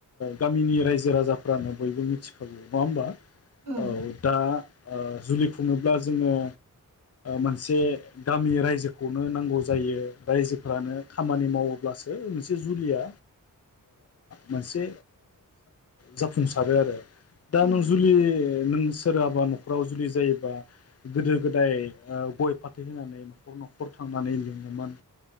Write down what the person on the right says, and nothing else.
उम
उम
उम